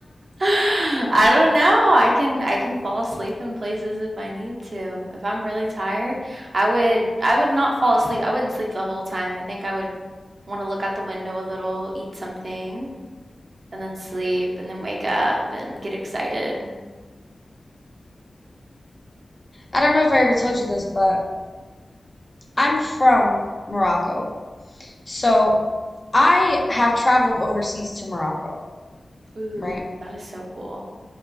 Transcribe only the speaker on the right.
I don't know. I can I can fall asleep in places if I need to. If I'm really tired, I would I would not fall asleep. I wouldn't sleep the whole time. I think I would want to look out the window a little, eat something, and then sleep, and then wake up and get excited.
Ooh,
that is so cool.